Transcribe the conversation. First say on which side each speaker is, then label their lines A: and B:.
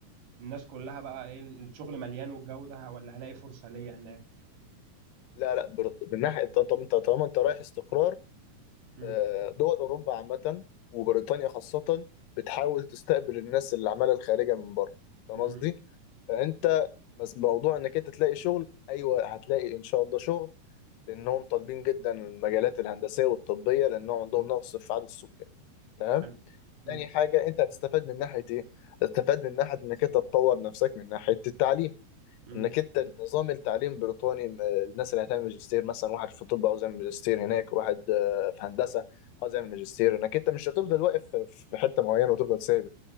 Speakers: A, on the right; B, on the left.
A: الناس كلها بقى ايه الشغل مليان والجو ده ولا هلاقي فرصة ليا هناك
B: لا لا بر... من ناحية طب انت طالما انت رايح استقرار
A: مم.
B: آه، دول اوروبا عامه وبريطانيا خاصه بتحاول تستقبل الناس اللي عماله الخارجه من بره فاهم
A: مم.
B: قصدي فانت بس موضوع انك انت تلاقي شغل ايوه هتلاقي ان شاء الله شغل لانهم طالبين جدا المجالات الهندسيه والطبيه لانهم عندهم نقص في عدد السكان تمام
A: حلو مم.
B: تاني حاجه انت هتستفاد من ناحيه ايه هتستفاد من ناحيه انك انت تطور نفسك من ناحيه التعليم
A: مم.
B: انك انت النظام التعليم البريطاني م- الناس اللي هتعمل ماجستير مثلا واحد في الطب عاوز يعمل ماجستير هناك واحد آه، في هندسه عاوز يعمل ماجستير انك انت مش هتفضل واقف في في حته معينه وتفضل ثابت